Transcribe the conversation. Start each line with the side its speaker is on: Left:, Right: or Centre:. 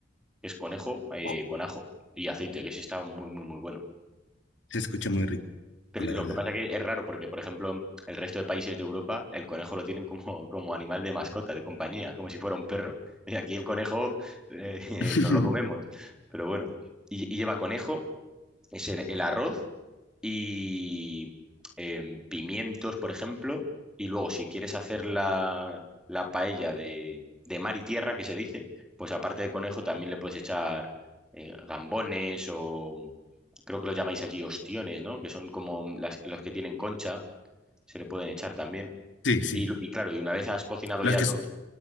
Centre: que es conejo eh,
Left: Oh,
Centre: con ajo y aceite, que ese está muy, muy, muy bueno.
Left: se escucha muy rico,
Centre: Pero
Left: la
Centre: lo
Left: verdad.
Centre: que pasa que es raro porque, por ejemplo, el resto de países de Europa, el conejo lo tienen como, como animal de mascota, de compañía, como si fuera un perro. Y aquí el conejo eh,
Left: <laughs>
Centre: <laughs> nos lo comemos, pero bueno. Y, y lleva conejo, es el, el arroz, y em, pimientos, por ejemplo. Y luego, si quieres hacer la, la paella de, de mar y tierra, que se dice, pues aparte de conejo también le puedes echar eh, gambones o creo que lo llamáis allí ostiones, ¿no? Que son como las, los que tienen concha, se le pueden echar también.
Left: Sí, sí.
Centre: Y, lo- y claro, y una vez has cocinado
Left: Los
Centre: ya
Left: que,
Centre: todo,
Left: s-